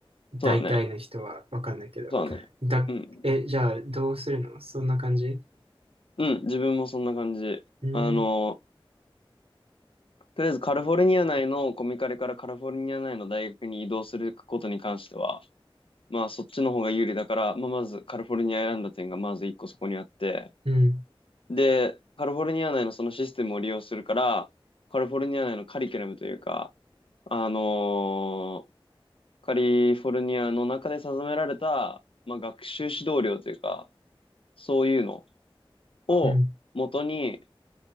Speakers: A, on the right (about 80°); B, on the left (about 70°).
A: 大体の人はわかんないけど。
B: そうだね。そうだね。
A: だ、
B: うん。
A: え、じゃあ、どうするのそんな感じ
B: うん、自分もそんな感じ。
A: うん、
B: あの、とりあえずカリフォルニア内のコミカレからカリフォルニア内の大学に移動することに関しては、まあそっちの方が有利だから、まあまずカリフォルニア選んだ点がまず一個そこにあって、
A: うん、
B: で、カリフォルニア内のそのシステムを利用するから、カリフォルニア内のカリキュラムというか、あのーカリフォルニアの中で定められた、まあ、学習指導料というか、そういうのを元に、
A: うん。